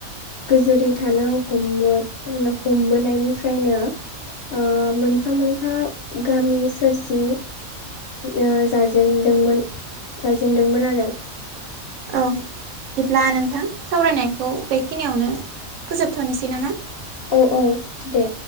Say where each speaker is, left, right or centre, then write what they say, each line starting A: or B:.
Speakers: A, on the left; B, on the right.
A: गोजोरै थानो हमो बो हमबोनायनिफ्रायनो ओ मोनफा मोनफा गामि सोरजि ओ जाजेन दोंमोन जाजेनदोंमोन आरो।
B: औ बिदिब्ला नोंथां सावरायनायखौ बेखिनियावनो फोजोबथ'नोसै नामा?
A: औ औ दे।